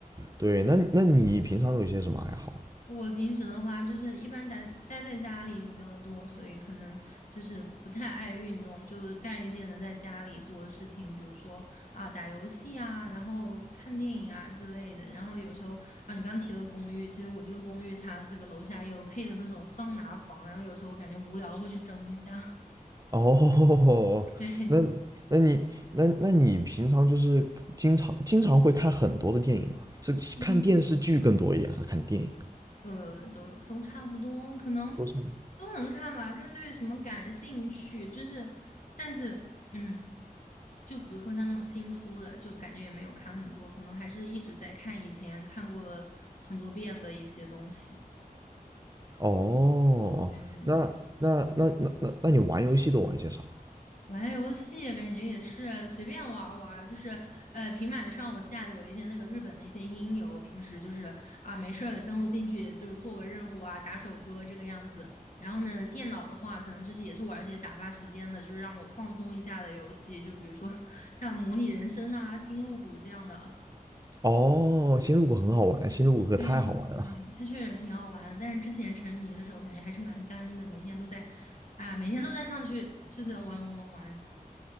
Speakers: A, on the right; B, on the left.
A: 对，那那你平常有一些什么爱好？
B: 我平时的话，就是一般待待在家里比较多，所以可能就是不太爱运动，就是干一些能在家里做的事情，比如说啊打游戏啊，然后看电影啊之类的。然后有时候啊，你刚提的公寓，其实我这个公寓它这个楼下也有配的那种桑拿房，然后有时候我感觉无聊了会去蒸一下。
A: 哦，<laughs>
B: <laughs> 嘿嘿，
A: 那那你那那你平常就是经常经常会看很多的电影吗？是看电视剧更多一点，
B: 嗯。
A: 还是看电影？
B: 呃，都都差不多，可能
A: 都是。
B: 都能看吧，看对什么感兴趣。就是，但是，嗯，就比如说像那种新出的，就感觉也没有看很多，可能还是一直在看以前看过了很多遍的一些东西。
A: 哦，
B: 对对对。
A: 那那那那那那你玩游戏都玩些啥？
B: 玩游戏感觉也是随便玩儿玩儿就是呃，平板上我下的有一些那个日本的一些音游，平时就是啊没事儿了登录进去就是做个任务啊，打首歌这个样子。然后呢，电脑的话可能就是也是玩一些打发时间的，就是让我放松一下的游戏，就比如说 <laughs> 像模拟人生啊、星露谷这样的。
A: 哦，星露谷很好玩，星露谷可太好玩了。
B: 对对对对，它确实挺好玩的，但是之前沉迷的时候感觉还是蛮干的，每天都在啊，每天都在上去就是玩玩玩玩。